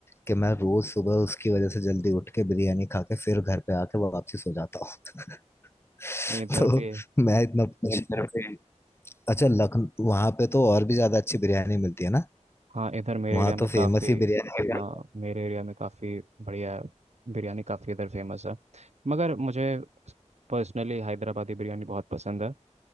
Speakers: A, on the left; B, on the right.
A: कि मैं रोज सुबह उसकी वजह से जल्दी उठ के बिरयानी खा के फिर घर पे आके वापसी सो जाता हूँ <laughs>
B: है इधर
A: तो
B: भी
A: मैं इतना इधर पे अच्छा लखनऊ वहां पे तो और भी ज्यादा अच्छी बिरयानी मिलती है ना
B: हाँ इधर मेरे
A: वहां
B: एरिया में
A: तो
B: काफ़ी
A: फेमस ही बिरयानी है
B: हाँ मेरे एरिया में काफ़ी बढ़िया बिरयानी काफ़ी इधर फेमस है मगर मुझे पर्सनली हैदराबादी बिरयानी बहुत पसंद है